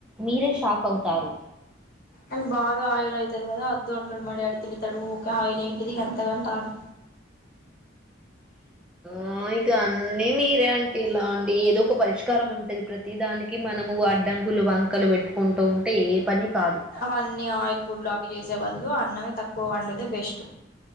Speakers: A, in the centre; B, on the left.
A: మీరే షాక్ అవుతారు
B: అని బాగా ఆయిల్ అవుతది కదా అద్దు అంటాడు మ డాడీ తిడతాడు ఊకె ఆయిల్ ఏంటిది గంతా గంతా అని
A: ఆ ఇగ అన్నీ మీరే అంటే ఇలా అండి ఏదో ఒక పరిష్కారం ఉంట ప్రతి దానికి మనము అడ్డంకులు వంకలు పెట్టుకుంటూ ఉంటే ఏ పని కాదు
B: అవన్నీ ఆయిల్ ఫుడ్లు అవి చేసే బదులు అన్నమే తక్కువ వండితే బెస్ట్